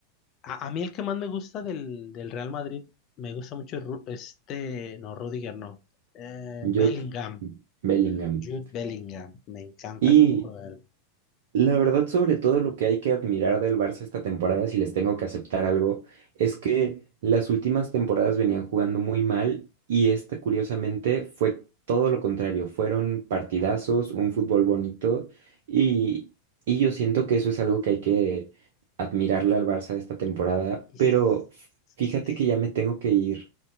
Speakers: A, on the left; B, on the right.
A: A, a mí el que más me gusta del, del Real Madrid, me gusta mucho Ru- este, no, Rudiger no, eh,
B: Jude
A: Bellingham,
B: Bellingham.
A: Jude Bellingham, me encanta
B: Y
A: cómo juega él.
B: la verdad, sobre todo lo que hay que admirar del Barça esta temporada, si les tengo que aceptar algo, es que las últimas temporadas venían jugando muy mal y esta, curiosamente, fue todo lo contrario. Fueron partidazos, un fútbol bonito y, y yo siento que eso es algo que hay que admirarle al Barça esta temporada,
A: Y- y
B: pero fíjate
A: sí.
B: que ya me tengo que ir.